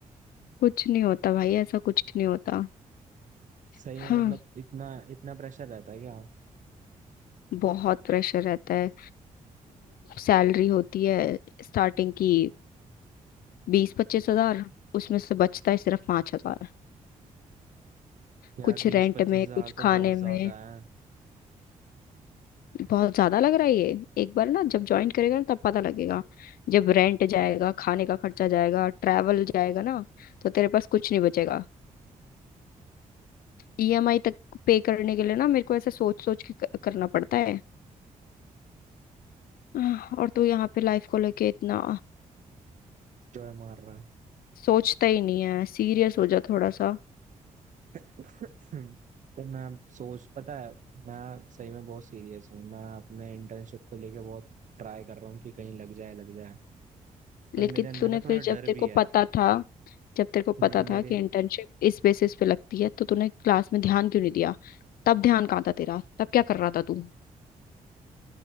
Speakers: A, on the left; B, on the right.
A: कुछ नहीं होता भाई ऐसा कुछ नहीं होता
B: सही
A: हाँ
B: में मतलब इतना इतना प्रेशर रहता है क्या
A: बहुत प्रेशर रहता है सैलरी होती है स्टार्टिंग की बीस पच्चीस हजार उसमें से बचता है सिर्फ पांच हजार
B: यार
A: कुछ
B: बीस
A: रेंट
B: पच्चीस
A: में
B: हजार
A: कुछ खाने
B: तो बहुत
A: में
B: ज्यादा है
A: बहुत ज्यादा लग रहा है ये एक बार ना जब ज्वाइन करेगा ना तब पता लगेगा जब रेंट जाएगा खाने का खर्चा जाएगा ट्रैवल जाएगा ना तो तेरे पास कुछ नहीं बचेगा ईएमआई तक पे करने के लिए ना मेरे को ऐसे सोच सोच के क- करना पड़ता है आह, और तू यहाँ पे लाइफ को लेके इतना
B: जो है मार रहा
A: सोचता ही नहीं है सीरियस हो जा थोड़ा सा
B: है <laughs> तो मैं सोच पता है मैं सही में बहुत सीरियस हूँ मैं अपने इंटर्नशिप को लेके बहुत ट्राई कर रहा हूँ कि कहीं लग जाए लग जाए पर
A: लेकिन
B: मेरे अंदर
A: तूने
B: ना
A: फिर
B: थोड़ा
A: जब
B: डर
A: तेरे
B: भी
A: को
B: है
A: पता था जब तेरे को पता
B: नहीं मेरे
A: था कि इंटर्नशिप इस बेसिस पे लगती है तो तूने क्लास में ध्यान क्यों नहीं दिया तब ध्यान कहाँ था तेरा तब क्या कर रहा था तू